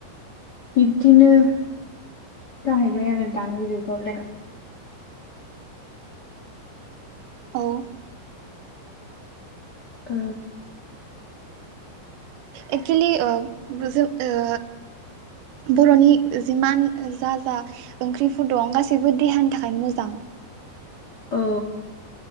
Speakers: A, on the left; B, on the right.
A: बिब्दिनो जाहैबाय आरो दानि जुगावलाय।
B: औ
A: ओ
B: एक्सुलि ओ जों ओ बर'नि जिमान जा जा ओंख्रिफोर दं गासैबो देहानि थाखाय मोजां।
A: औ